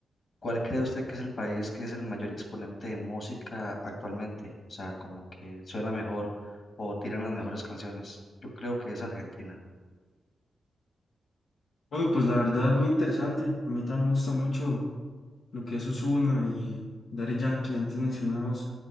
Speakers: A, on the left; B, on the left.
A: ¿Cuál cree usted que es el país que es el mayor exponente de música actualmente? O sea, como que suena mejor o tiran las mejores canciones. Yo creo que es Argentina.
B: Bueno, pues la verdad, muy interesante. A mí también me gusta mucho lo que es Ozuna y Daddy Yankee, antes mencionados.